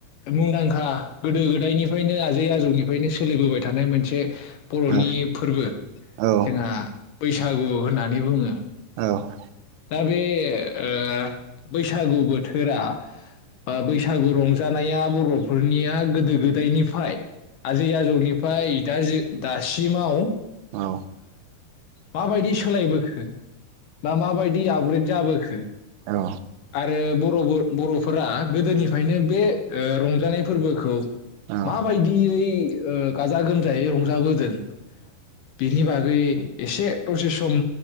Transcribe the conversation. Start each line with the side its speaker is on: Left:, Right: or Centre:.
Left: मुंदांखा गोदो गोदायनिफ्रायनो आजै आजौनिफ्रायनो सोलिबोबाय थानाय मोनसे बर'नि
Right: औ
Left: फोरबो
Right: औ
Left: जोंहा बैसागु होननानै बुङो।
Right: औ
Left: दा बे ओ बैसागु बोथोरा ओ बैसागु रंजा जानाया बरफोरनिया गोदो गोदायनिफाय आजै आजौनि फ्राय दाजि दासिमाव
Right: औ
Left: माबायदि सोलायबोखो दा माबायदि आपग्रेद जाबोखो
Right: औ
Left: आरो बरबो बर'फोरा गोदोनिफ्रायनो बे ओ रंजानाय फोरबोखौ
Right: औ
Left: मा बायदियै ओ गाजा गोमजायै रंजाबोगोन बेनि बागै एसे दसे सम